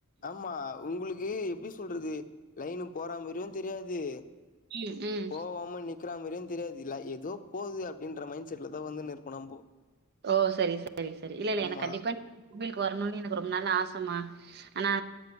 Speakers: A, on the left; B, on the right.
A: ஆமா உங்களுக்கு எப்டி சொல்றது லைனு போற மாரியு தெரியாது
B: ம், ம்.
A: போவாம நிக் க்கற மாரியு தெரியாது இல்ல எதோ போது அப்டின்ற மைண்ட் செட்ல தா வந்து நிற்போ நம்போ
B: ஓ சரி சரி சரி இல்ல இல்ல
A: ஆமா
B: எனக்கு கண்டிப்பா நீங்க அந்த கோயிலுக்கு வரணுனு எனக்கு ரொம்ப நாள ஆசமா ஆனா